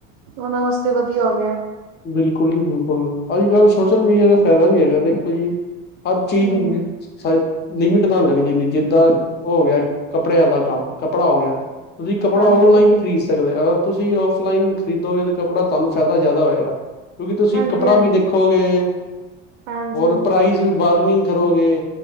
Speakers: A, on the right (about 80°); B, on the left (about 30°).
A: ਉਹਨਾਂ ਵਾਸਤੇ ਵਧੀਆ ਹੋ ਗਿਆ।
B: ਬਿਲਕੁਲ ਜੀ ਬਿਲਕੁਲ, ਅੱਜ-ਕੱਲ੍ਹ ਸੋਸ਼ਲ ਮੀਡੀਆ ਦਾ ਫਾਇਦਾ ਵੀ ਹੈਗਾ ਦੇਖੋ ਜੀ ਹਰ ਚੀਜ਼
A: ਹਮ
B: ਮਿਲ ਲਿਮਿਟ ਨਾਲ ਲੈਣੀ ਚਾਹੀਦੀ, ਜਿੱਦਾਂ ਉਹ ਹੋ ਗਿਆ ਕੱਪੜਿਆਂ ਦਾ ਕੰਮ, ਕੱਪੜਾ ਹੋ ਗਿਆ ਤੁਸੀਂ ਕੱਪੜਾ
A: ਹਾਂਜੀ
B: ਔਨਲਾਈਨ ਨਹੀਂ ਖਰੀਦ ਸਕਦੇ ਅਗਰ ਤੁਸੀਂ ਔਫਲਾਈਨ ਖਰੀਦੋਗੇ ਤਾਂ ਕਪੜਾ ਤੁਹਾਨੂੰ ਫਾਇਦਾ ਜ਼ਿਆਦਾ ਹੋਏਗਾ ਕਿਉਂਕਿ ਤੁਸੀਂ
A: ਹਾਂਜੀ
B: ਕੱਪੜਾ
A: ਹਾਂਜੀ
B: ਵੀ ਦੇਖੋਗੇ,
A: ਹਾਂਜੀ
B: ਹੋਰ ਪ੍ਰਾਈਜ਼ ਵੀ, ਬਾਰਗਨਿੰਗ ਕਰੋਗੇ